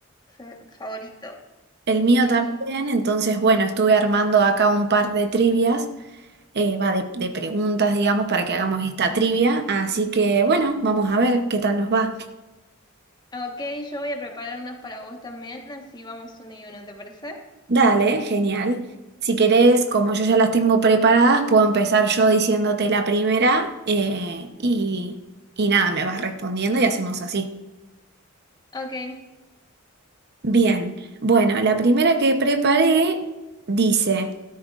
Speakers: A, on the left; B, on the right.
A: fe- favorito.
B: El mío
A: Sí.
B: también, entonces, bueno, estuve armando acá un par de trivias, eh, va de, de preguntas, digamos, para que hagamos esta trivia. Así que, bueno, vamos a ver qué tal nos va.
A: Ok, yo voy a preparar unas para vos también, así vamos uno y uno, ¿te parece?
B: Dale, genial. Si querés, como yo ya las tengo preparadas, puedo empezar yo diciéndote la primera eh, y, y nada, me vas respondiendo y hacemos así.
A: Ok,
B: Bien, bueno, la primera que preparé dice,